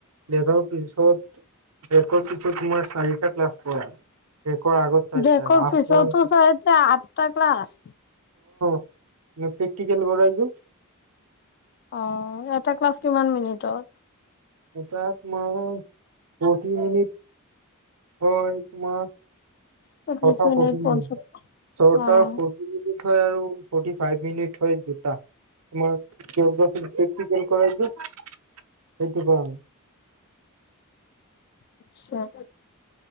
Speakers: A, on the right (about 80°); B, on the left (about 45°).
A: ব্ৰেকৰ পিছত পিছত মই চাৰিটা ক্লাছ কৰা ব্ৰেকৰ আগত চাৰিটা
B: ব্ৰেকৰ
A: আহোতে
B: পিছতো
A: আহোতে
B: চাৰিটা? আঠটা ক্লাছ?
A: অ', প্ৰেকটিকেল কৰায় যে।
B: অ', টা ক্লাছ কিমান মিনিটৰ?
A: এটা তোমাৰ ফৰ্তি মিনিট হয় তোমাৰ।
B: চল্লিশ
A: ছটা
B: মিনিট
A: ফৰ্টি
B: পঞ্চাশ
A: ছটা
B: অ'
A: ফৰ্টি হয় আৰু। ফৰ্টী ফাইভ মিনট হয় দুটা, তোমাৰ জীয়গ্ৰফী কিজন কৰে যে। সেইটো কাৰণে।
B: আচছা',